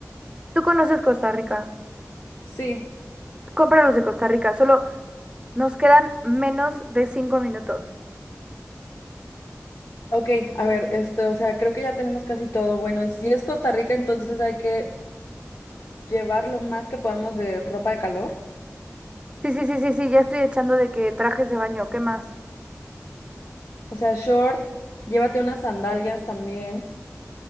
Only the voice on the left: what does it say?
Sí,
ok, a ver, este, o sea, creo que ya tenemos casi todo. Bueno, si es Costa Rica, entonces hay que llevar lo más que podamos de ropa de calor.
O sea, short, llévate unas sandalias también.